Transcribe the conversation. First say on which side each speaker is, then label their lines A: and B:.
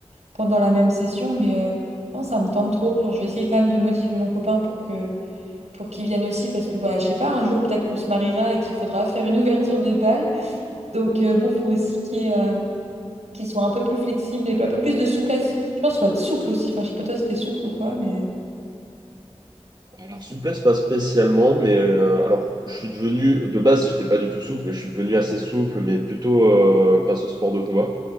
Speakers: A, on the right; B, on the right.
A: pendant la même session, mais euh, non, ça me tente trop. Genre, je vais essayer quand même de motiver mon copain pour que pour qu'il vienne aussi, parce que bah, je sais pas, un jour peut-être qu'on se mariera et qu'il faudra faire une ouverture de bal. Donc euh, bon, faut aussi qu'il y ait, euh, qu'il soit un peu plus flexible et un peu plus de souplesse. Je pense qu'il faut être souple aussi. Enfin, je sais pas toi si t'es souple ou quoi, mais.
B: Alors, souplesse, pas spécialement, mais euh, alors, je suis devenu, de base, j'étais pas du tout souple, mais je suis devenu assez souple, mais plutôt euh, grâce au sport de combat.